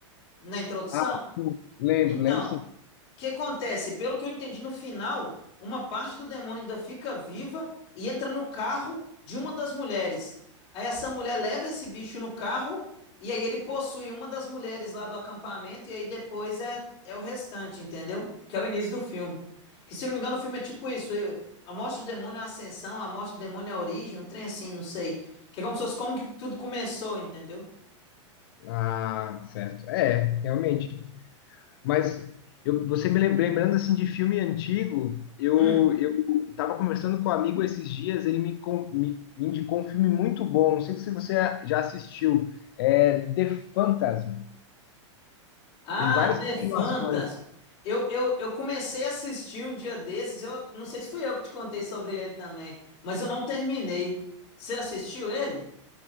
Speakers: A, on the left; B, on the left.
A: na introdução?
B: ah, sim. lembro,
A: Então,
B: lembro sim.
A: que acontece? Pelo que eu entendi no final, uma parte do demônio ainda fica viva e entra no carro de uma das mulheres. Aí essa mulher leva esse bicho no carro e aí ele possui uma das mulheres lá do acampamento e aí depois é, é o restante, entendeu? Que é o início do filme. Que se não me engano o filme é tipo isso, eu- a morte do demônio é a ascensão, a morte do demônio é a origem, um trem assim, não sei. Que é como se fosse como que tudo começou, entendeu?
B: Ah, certo. É, realmente. Mas eu, você me lem- lembrando assim de filme antigo, eu
A: Hum.
B: eu estava conversando com um amigo esses dias, ele me, com- me, me indicou um filme muito bom. Não sei se você já assistiu. É The Phantasm.
A: Ah,
B: Tem várias
A: The
B: continuações.
A: Phantasm. Eu, eu, eu comecei a assistir um dia desses. Eu não sei se fui eu que te contei sobre ele também, mas eu não terminei. Você assistiu ele?